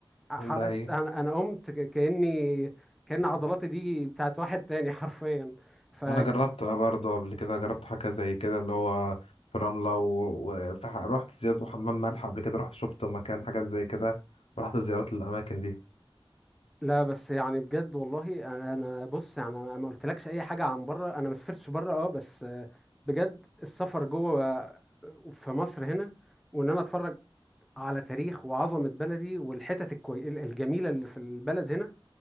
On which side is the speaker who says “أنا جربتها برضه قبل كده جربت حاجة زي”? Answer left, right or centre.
Left